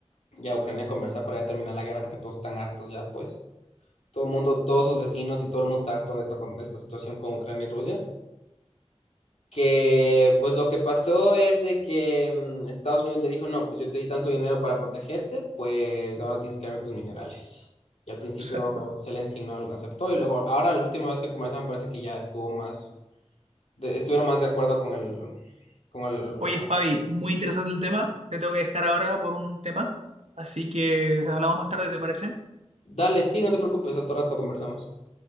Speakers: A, on the left (about 70°); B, on the right (about 70°).
A: y a Ucrania a conversar para ya terminar la guerra porque todos están hartos ya, pues. Todo el mundo, todos sus vecinos y todo el mundo está harto de esta, con- de esta situación con Ucrania y Rusia. que pues lo que pasó es de que mm, Estados Unidos le dijo, no, pues yo te di tanto dinero para protegerte, pues ahora tienes que darme tus minerales. Y al principio
B: Exacto.
A: Zelensky no lo aceptó y luego ahora la última vez que conversaban parece que ya estuvo más, de- estuvieron más de acuerdo con el, con el,
B: Oye,
A: con-
B: Fabi, muy interesante el tema. Te tengo que dejar ahora por un, un tema, así que hablamos más tarde, ¿te parece?
A: Dale, sí, no te preocupes, a todo rato conversamos.